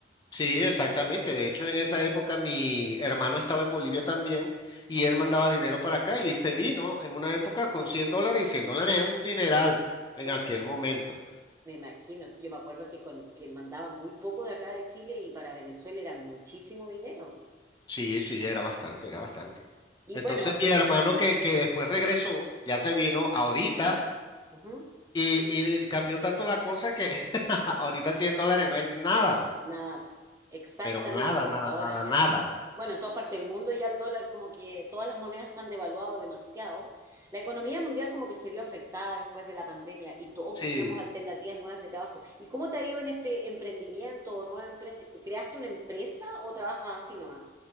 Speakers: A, on the left (about 25°); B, on the right (about 15°).
A: Sí, exactamente. De hecho, en esa época mi hermano estaba en Bolivia también y él mandaba dinero para acá y se vino en una época con 100 dólares y 100 dólares era un dineral en
B: Un-
A: aquel momento.
B: me imagino, sí, yo me acuerdo que, con, que mandaba muy poco de acá de Chile y para Venezuela era muchísimo dinero.
A: Sí, sí, era bastante, era bastante.
B: Y
A: Entonces
B: bueno,
A: mi hermano que, que después regresó, ya se vino ahorita
B: ujú, ujú.
A: y, y cambió tanto la cosa que <laughs> ahorita 100 dólares no es nada,
B: Nada, p- exactamente.
A: pero nada, nada,
B: Ahora
A: nada,
B: no
A: nada.
B: es. no es- Bueno, en todas partes del mundo ya el dólar, como que todas las monedas se han devaluado demasiado. La economía mundial como que se vio afectada después de la pandemia y todos
A: Sí,
B: buscamos alternativas nuevas de trabajo. ¿Y cómo te ha ido en este emprendimiento o nueva empresa que tú creaste una empresa o trabajas así nomás?